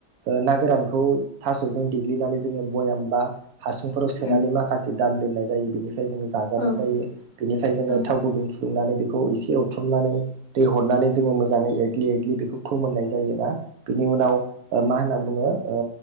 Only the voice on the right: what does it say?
ओ ना गोरानखौ थास'जों देग्लिनानै जोङो भयाम बा हासुंफोराव सोनानै
माखा खासे दान दोननाय जायो बेनिफ्राय जोङो जाजानाय
जायो बेनिफ्राय जोङो
थाव गुदुं फुदुंनानै बेखौ एसे ए थ्रमनानै दै हरनानै जोङो मोजाङै एरग्लि एरग्लि बेखौ फोमोननाय जायोना बिनि उनाव मा होनना बुङो ओ